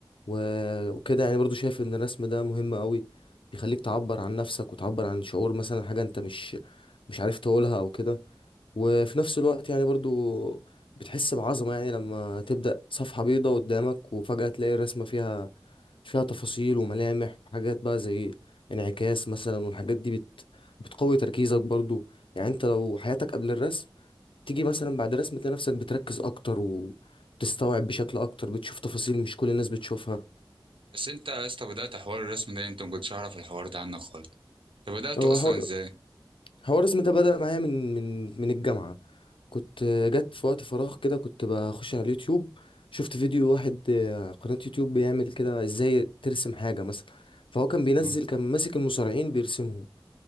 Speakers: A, on the left; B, on the right.
A: و- وكده يعني برضو شايف إن الرسم ده مهم أوي بيخليك تعبر عن نفسك وتعبر عن شعور مثلا حاجة أنت مش مش عارف تقولها أو كده وفي نفس الوقت يعني برضو بتحس بعظمة يعني لما تبدأ صفحة بيضة قدامك وفجأة تلاقي الرسمة فيها فيها تفاصيل وملامح وحاجات بقى زي انعكاس مثلا والحاجات دي بت بتقوي تركيزك برضو يعني انت لو حياتك قبل الرسم تيجي مثلا بعد الرسم تلاقي نفسك بتركز اكتر وتستوعب بشكل اكتر بتشوف تفاصيل مش كل الناس بتشوفها
B: بس انت يا اسطى بدأت حوار الرسم ده امتى ما كنتش اعرف الحوار ده عنك خالص انت بدأته
A: هو
B: اصلا ازاي
A: حوار اسمه ده بدأ معايا من من من الجامعة كنت آه، جت في وقت فراغ كده كنت بخش على اليوتيوب شفت فيديو واحد آه، قناة يوتيوب بيعمل كده ازاي ترسم حاجة مثلا فهو كان بينزل
B: اه
A: كان ماسك المصارعين بيرسمهم